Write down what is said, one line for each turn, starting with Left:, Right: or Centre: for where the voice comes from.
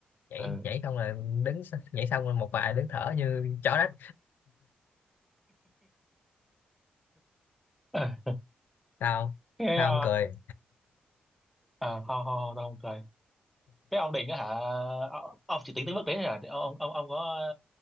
Left: nhảy
Centre: ừ
Left: nhảy không là đứng s- nhảy xong rồi một bài đứng thở như chó đất
Centre: <laughs>
Left: sao
Centre: Thế à,
Left: sao không cười
Centre: à không không không tao không cười cái ông định á hả ông, ông chỉ tính tới mức đấy thôi hả ông ông ông ông có